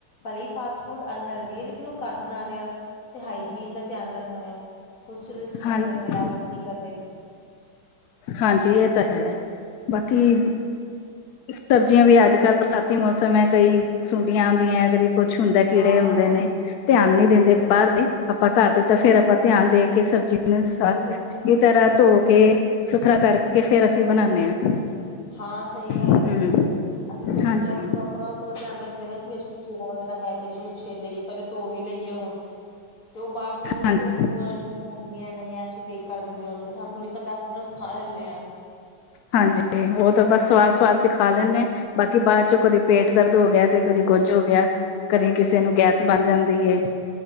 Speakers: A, on the left; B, on the left.
A: ਭਲੇ ਹੀ ਫਾਸਟ ਫੂਡ ਅਨਲਦੀ ਹੈ, ਲੇਕਿਨ ਨੂੰ ਘਰ ਬਣਾ ਰਹੇ ਹਾ, ਤੇ ਹਾਈਜੀਨ ਦਾ ਧਿਆਨ ਰੱਖਣੇ ਆ, ਕੁਛ ਉਹਦੇ ਚ
B: ਹਾਂ-
A: ਮਤਲਬ ਮਿਲਾਵਟ ਨਹੀਂ। ਕਰ ਰਹੇ
B: ਹਾਂਜੀ ਇਹ ਤਾਂ ਹੈ ਬਾਕੀ ਸਬਜ਼ੀਆਂ ਵੀ ਅੱਜ ਕੱਲ, ਬਰਸਾਤ ਤੀ ਮੌਸਮ ਹੈ, ਕਈ ਸੁੰਡੀਆਂ ਹੁੰਦੀਆਂ ਹੈ, ਕਦੀ ਕੁਛ ਹੁੰਦਾ, ਕੀੜੇ
A: ਹਾਂ
B: ਹੁੰਦੇ ਨੇ। ਧਿਆਨ ਨੀ ਦਿੰਦੇ ਬਾਹਰ ਦੇ, ਆਪਾਂ ਘਰ ਦੇ ਤਾਂ ਫੇਰ ਆਪਾਂ ਧਿਆਨ ਦੇ ਕੇ, ਸਬਜ਼ੀ ਨੂੰ
A: ਬਿਲਕੁਲ
B: ਤਰ੍ਹਾਂ ਧੋ ਕੇ, ਸੁਥਰਾ ਕਰ ਕੇ, ਫੇਰ ਅਸੀਂ ਬਣਾਉਦੇ ਹਾਂ।
A: ਹਾਂ ਸਹੀ ਗੱਲ
B: ਹਮ
A: ਹੈ, ਅਸੀ ਫਿਰ
B: ਹਾਂਜੀ
A: ਸੇ ਬਹੁਤ ਪ੍ਰੋਪਰ ਪੂਰਾ ਧਿਆਨ ਰੱਖਦੇ ਨਾ, ਕੋਈ ਕੀੜਾ ਵਗੈਰਾ ਹੈ ਤੇ ਨੇ, ਉਹ ਨੂੰ ਛਿਲ ਲਈਏ, ਪਹਿਲਾਂ ਧੋ ਵੀ ਲਈਏ ਹੁਣ। ਤੇ ਉਹ ਬਾਹਰ ਚ, ਪਤਾ ਨੀ
B: ਹਾਂਜੀ
A: ਧੋਂਦੇ ਹੋਣਗੇ ਹੋਣਗੇ ਜਾਂ ਨਹੀਂ, ਏਨਜ ਹੀ ਬੇਕ ਕਰ ਦਿੰਦੇ ਹੋਣਗੇ, ਸਾਨੂੰ ਥੋੜ੍ਹੀ ਪਤਾ ਅਸੀਂ ਬਸ ਖਾ ਲੈਂਦੇ ਹਾਂ।
B: ਹਾਂਜੀ ਉਹ ਤਾਂ ਬਸ ਸਵਾਦ ਸਵਾਦ ਚ ਖਾ ਲੈਂਦੇ ਬਾਕੀ ਬਾਅਦ ਚੋਂ ਕਦੇ ਪੇਟ ਦਰਦ ਹੋ ਗਿਆ ਤੇ ਕਦੀ ਕੁੱਝ ਹੋ ਗਿਆ ਕਦੀ ਕਿਸੇ
A: ਹਾਂਜੀ
B: ਨੂੰ ਗੈਸ ਬਣ ਜਾਂਦੀ ਹੈ।